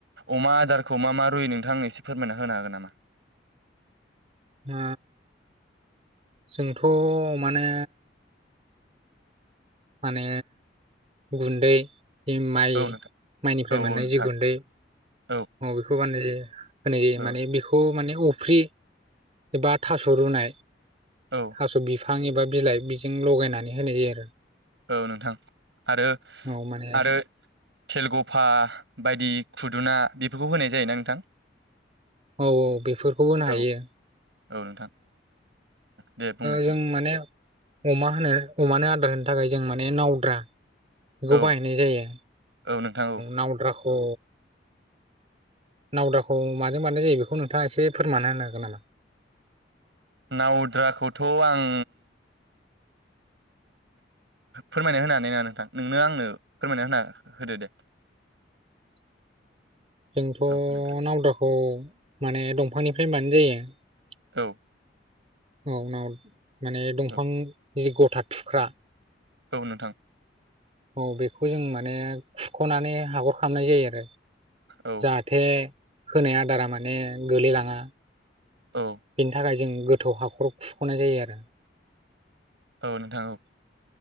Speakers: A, on the right; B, on the right.
A: अमा आदारखौ मा मा रुयो नोंथांआ आंनो एसे फोरमायना होनो हागोन नामा
B: आ जोंथ अमानो माने गुन्दै माइ
A: औ नोंथां
B: माइनिफ्राय
A: औ
B: मोननाय
A: औ नोंथां
B: जि गुन्दै
A: औ
B: बेखौ बाननाय जायो होनाय जायो
A: औ
B: माने बेखौ माने अफ्रि बा थास', रुनाय,
A: औ
B: थास बिफां एबा बिलाइ बिजों लगायनानै होनाय जायो आरो
A: औ नोंथां आरो
B: औ माने
A: आरो खेलगफा बायदि खुदुना बेफोरखौ होनाय जायोना नोंथां
B: औ-औ बेफोरखौबो होनो
A: औ
B: हायो
A: औ नोंथां दे बुंनायसाय
B: जों माने अमा होनो अमानो आदार होनो थाखाय जों माने नावद्रा बेखौ
A: औ
B: बाहायनाय जायो
A: औ नोंथां औ
B: नावद्राखौ नावद्राखौ माजों बानायनाय जायो बेखौ नोंथाङा एसे फोरमायना होनो हागोन नामा
A: नावद्राखौथ आं फोरमायना होनो हानाय नङा नोंथां नोंनो आंनो फोरमायना होना होदो दे
B: <inaudible> जोंथ'
A: औ नोंथां
B: नावद्राखौ माने दंफांनिफ्राय बानायनाय जायो
A: औ
B: औ नाव माने दंफां
A: औ
B: जि गथा थुख्रा
A: औ नोंथां
B: औ बेखौ जों माने खुख'नानै हाखर खालामामनाय जायो आरो
A: औ
B: जाहाथे होनाय आदारा माने गोलैलाङा
A: औ
B: बेनि थाखाय जों गोथौ हाखर खुख'नाय जायो आरो
A: औ नोंथां औ।